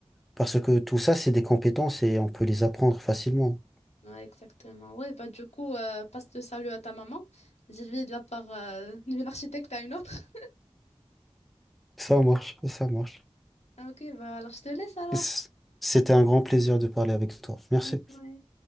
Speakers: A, in the centre; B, on the left.
A: Parce que tout ça, c'est des compétences et on peut les apprendre facilement.
B: Ouais, exactement. Ouais, bah du coup, euh, passe le salut à ta maman. Dis-lui de la part euh, d'une architecte à une autre.
A: Ça marche, ça marche.
B: Ah, Ok, bah alors je te laisse alors.
A: C- C'était un grand plaisir de parler avec toi. Merci.
B: Mm. Ouais.